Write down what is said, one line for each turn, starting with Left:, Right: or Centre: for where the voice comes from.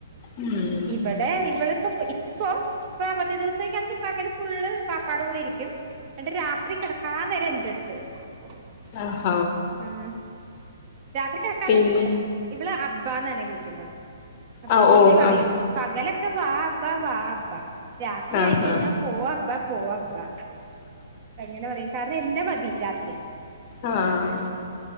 Left: ഉം
Right: ഇവിടെ ഇവളിപ്പ ഇപ്പോ ഇപ്പൊ അവധി ദിവസൊക്കാണെങ്കി പകല് ഫുള്ള് വാപ്പാടെ കൂടെ ഇരിക്കും എന്നിട് രാത്രി കിടക്കാൻ നേരം എന്റെട് <unintelligible>
Left: ആഹ്
Right: ആഹ് രാത്രി കെടക്കാൻ
Left: പിന്നെ
Right: നേരത്ത് ഇവള് അ ബ്ബാ ന്ന് ആണ് വിളിക്കുന്നെ അപ്പൊ
Left: ആഹ്
Right: പുള്ളി
Left: ഓ
Right: പറയും
Left: ആഹ്
Right: പകലെക് വാ വാബ്ബാ വാബ്ബാ രാത്രി
Left: ആഹ്
Right: ആയിക്കഴിഞ്ഞാ
Left: ആഹ്
Right: പോവാബ്ബാ പോവാബ്ബാ എങ്ങനെ പറയും കാരണം എന്നെ മതി രാത്രി
Left: ആഹ്